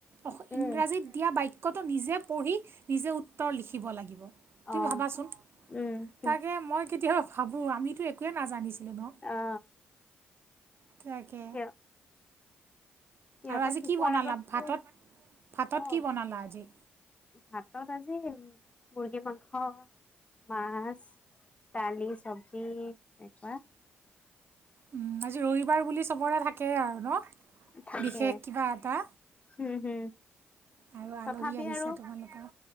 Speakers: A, on the right; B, on the left.
A: অস
B: উম
A: ইংৰাজীত দিয়া বাইক কত নিজে পঢ়ি, নিজে উত্তৰ লিখিব লাগিব। তুমি
B: অ
A: ভাবাচোন
B: উম।
A: তাকে মই কেতিয়াবা ভাবো, আমিতো একোৱেই নাজানিছিলোঁ ন।
B: অ
A: তাকে।
B: সিহ সিহঁতক
A: আৰু আজি
B: শিকোৱাৰ
A: কি বনালা
B: আগততো
A: ভাতত? ভাতত
B: অ
A: কি বনালা আজি?
B: ভাতত আজি মুৰ্গী মাংস। মাছ, দালি, চবজি এনেকুৱা
A: উম, আজি ৰবিবাৰ বুলি চবৰে থাকেই আৰু ন।
B: থাকে
A: বিশেষ কিবা এটা
B: উম হুম।
A: আৰু আলহী
B: তথাপি
A: আহিছে
B: আৰু
A: তোমালোকৰ